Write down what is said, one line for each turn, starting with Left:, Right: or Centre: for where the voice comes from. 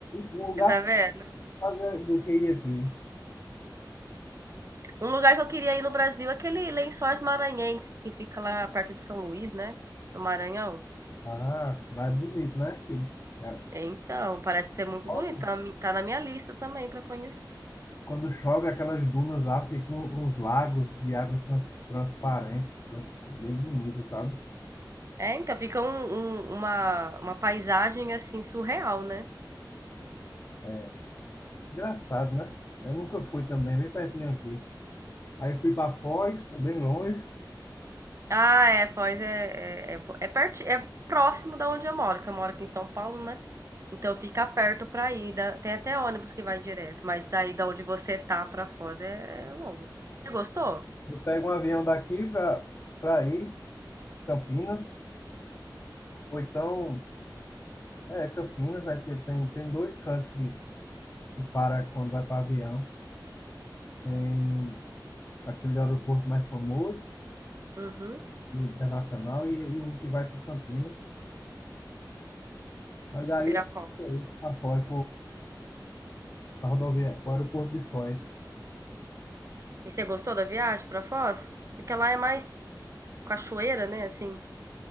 Left: Um lugar
Right: Você tá
Left: pra
Right: vendo?
Left: fazer do que ir aqui.
Right: Um lugar que eu queria ir no Brasil é aquele Lençóis Maranhenses, que fica lá perto de São Luís, né, no Maranhão.
Left: Ah, lá é bonito, né? Que, cara,
Right: Então, parece ser muito
Left: chove.
Right: bonito, tá na mi tá na minha lista também pra conhecer.
Left: Quando chove, aquelas dunas lá ficam uns lagos de águas trans, transparentes, trans, bem bonitas, sabe?
Right: É, então, fica um um uma uma paisagem, assim, surreal, né.
Left: É, engraçado, né? Eu nunca fui também, bem pertinho aqui. Aí fui para Foz, que é bem longe.
Right: Ah, é, pois é é é é perti é próximo da onde eu moro, que eu moro aqui em São Paulo, né. Então fica perto pra ir, dá tem até ônibus que vai direto, mas aí da onde você tá pra Foz é é longe. Você gostou?
Left: Eu pego um avião daqui para para ir, Campinas, ou então, é, Campinas, né? Porque tem, tem dois cantos que, que para quando vai para avião. Tem aquele aeroporto mais famoso,
Right: Uhum,
Left: internacional, e, e um que vai para Campinas. Aí daí
Right: Viracopos.
Left: eu fui para Foz, para rodovia, para o aeroporto de Foz.
Right: E você gostou da viagem pra Foz? Porque lá é mais cachoeira, né, assim.